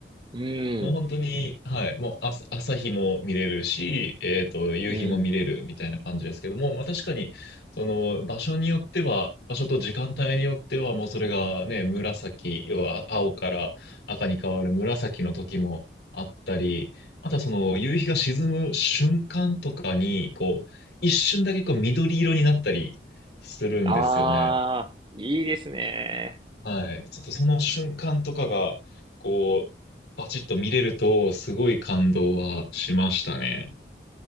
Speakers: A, on the right; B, on the left.
A: うん。
B: もう本当に、はい、もう朝、朝日も見れるし、えっと、夕日も見れるみたいな感じですけども、
A: うん。
B: まあ確かに、その場所によっては、場所と時間帯によっては、もうそれがね、紫、要は青から赤に変わる紫の時もあったり、あとはその夕日が沈む瞬間とかに、こう、一瞬だけこう緑色になったりするんですよね。
A: あー、いいですね。
B: はい。ちょっとその瞬間とかが、こう、バチッと見れると、すごい感動はしましたね。